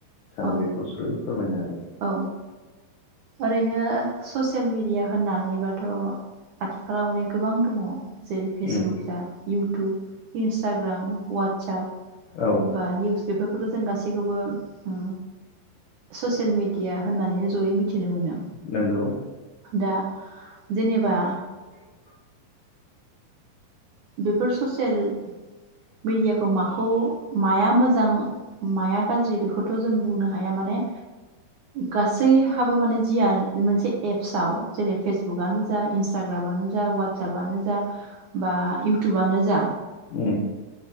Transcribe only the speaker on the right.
औ
औ ओरैनो स'सेल सियेल मिडिया होननानैबाथ' आथिखालाव माने गोबां दङ। जेरै फेसबुक
जा इउ थुब, इन्सटाग्राम, वाटसाप
बा निउस बेफोरखौथ' जों गासैखौबो ओ स'सियेल मिडिया होननानैनो जयै मिथिनो मोनो।
दा जेनेबा बेफोर स'सियेल मिडियाखौ माखौ माया मोजां माया गाज्रि बेखौथ' जों बुंनो हाया। माने गासैहाबो माने जिया मोनसे एपसाव जेरै फेसबुकआनो जा इन्सटाग्रामानो जा वाट्सपनो जा बा इउटुबानो जा